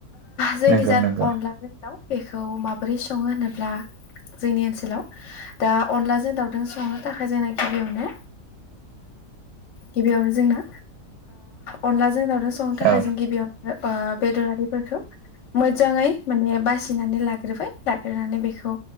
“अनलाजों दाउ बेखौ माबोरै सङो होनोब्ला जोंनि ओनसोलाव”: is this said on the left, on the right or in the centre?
Left